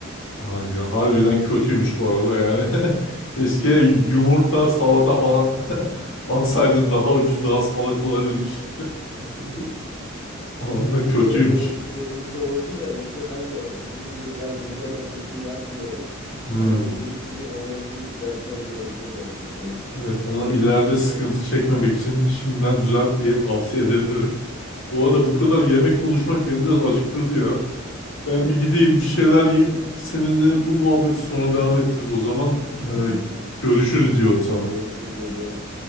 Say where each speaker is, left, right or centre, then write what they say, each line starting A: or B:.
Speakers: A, on the left; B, on the left.
A: Ay ya harbiden kötüymüş bu arada yani. <laughs> Keşke yumurta, salata falan <laughs> alsaydın daha ucuz, daha sağlıklı olabilirmiş.
B: <laughs>
A: <laughs> Vallahi kötüymüş.
B: İşte öyle vakitlerimiz de oldu ve işte ben de sizin gibi biraz mideme pek iyi bakmıyorum.
A: Hmm.
B: Ama dediğiniz gibi o mevzuyu düzeltmem gerekiyor gerçekten.
A: Evet, ona ileride sıkıntı çekmemek için şimdiden düzelt diye tavsiye edebilirim. Bu arada bu kadar yemek konuşmak beni biraz acıktırdı ya.
B: <laughs>
A: Ben bir gideyim bir şeyler yiyeyim. Seninle bu muhabbeti sonra devam ettiririz o zaman.
B: Tamam.
A: Ee, görüşürüz diyorum sana.
B: Görüşürüz hocam.